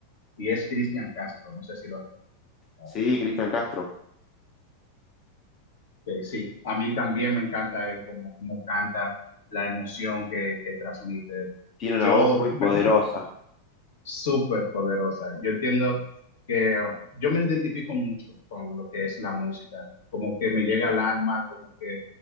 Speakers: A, on the left; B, on the left.
A: y es Cristian Castro. No sé si lo has escuchado.
B: Sí, Cristian Castro.
A: Que sí, a mí también me encanta él, como, como canta, la emoción que, que transmite.
B: Tiene una
A: Yo,
B: voz muy poderosa.
A: me- súper poderosa. Yo entiendo que uh, yo me identifico mucho con lo que es la música, como que me llega al alma, como que